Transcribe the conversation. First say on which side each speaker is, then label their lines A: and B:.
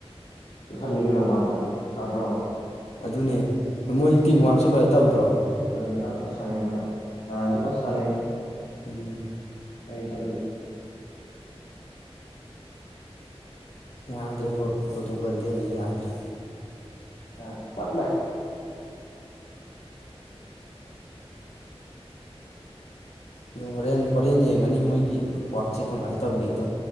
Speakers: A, on the left; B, on the left.
A: <unintelligible>
B: ꯑꯗꯨꯅꯦ ꯃꯣꯏ ꯇꯤꯝꯋꯔꯛꯁꯨ ꯐꯖ ꯇꯧꯗ꯭ꯔꯣ꯫
A: ꯑꯗꯨ ꯉꯔꯥꯡ ꯐꯩ ꯁꯥꯅꯩ ꯃ ꯅꯥꯥꯍꯥꯟꯖꯨ ꯐ ꯁꯥꯅꯩ꯫
B: ꯎꯝ
A: ꯃꯩ ꯆꯠꯂꯤ
B: ꯌꯥꯗ꯭ꯔꯦ ꯄꯣꯔꯇꯨꯒꯜꯗꯤ ꯍꯧꯖꯤꯛ ꯌꯥꯗ꯭ꯔꯦ꯫
A: ꯌꯥꯗꯦ ꯄꯠꯂꯦ ꯫
B: ꯑꯣ ꯍꯣꯔꯦꯟ ꯍꯣꯔꯦꯟ ꯌꯦꯡꯉꯅꯤ ꯃꯣꯏꯒꯤ ꯋꯥꯛꯁꯦ ꯀꯃꯥꯏꯅ ꯇꯧꯒꯦꯗꯣ